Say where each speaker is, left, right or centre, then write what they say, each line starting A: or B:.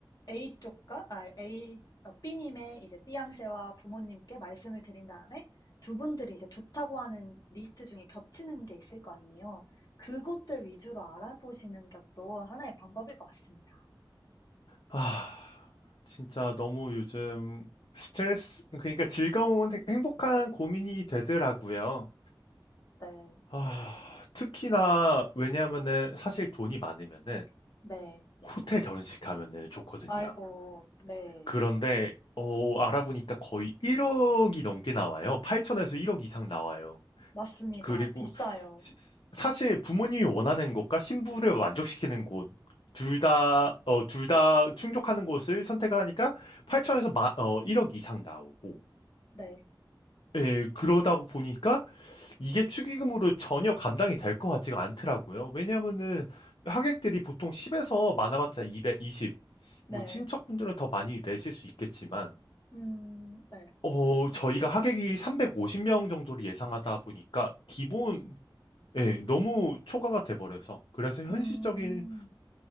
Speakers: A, on the left (about 50°); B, on the left (about 80°).
A: A 쪽과 아 A 어 B 님의 이제 띠양 a 와 부모님께 말씀을 드린 다음에 두 분들이 이제 좋다고 하는 리스트 중에 겹치는 게 있을 거 아니에요. 그곳들 위주로 알아보시는 것도 하나의 방법일 것 같습니다.
B: 아, 진짜 너무 요즘 스트레스, 그러니까 즐거운 행- 행복한 고민이 되더라고요.
A: 네.
B: 아, 특히나 왜냐하면은 사실 돈이 많으면은
A: 네.
B: 호텔 결혼식 하면은 좋거든요.
A: 아이고, 네.
B: 그런데 어, 알아보니까 거의 1억이 넘게 나와요. 8천에서 1억 이상 나와요.
A: 맞습니다.
B: 그리고
A: 비싸요.
B: 시- 사실 부모님이 원하는 것과 신부를 만족시키는 곳, 둘 다, 어, 둘 다 충족하는 곳을 선택하니까 8천에서 1억 이상 나오고,
A: 네.
B: 예, 그러다 보니까 이게 축의금으로 전혀 감당이 될 것 같지가 않더라고요. 왜냐하면은 하객들이 보통 10에서 많아봤자 220,
A: 네.
B: 뭐 친척분들은 더 많이 내실 수 있겠지만,
A: 음, 네.
B: 어, 저희가 하객이 350명 정도를 예상하다 보니까 기본 예, 너무 초과가 돼 버려서. 그래서 현실적인
A: 음,